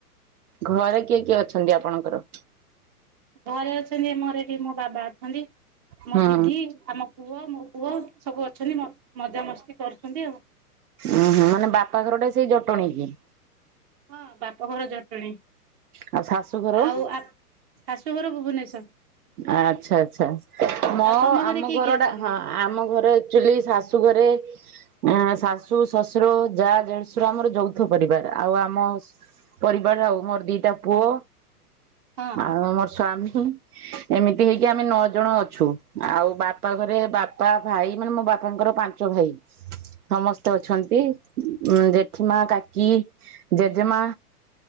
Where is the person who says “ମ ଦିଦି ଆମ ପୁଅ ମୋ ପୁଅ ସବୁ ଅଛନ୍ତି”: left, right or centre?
Right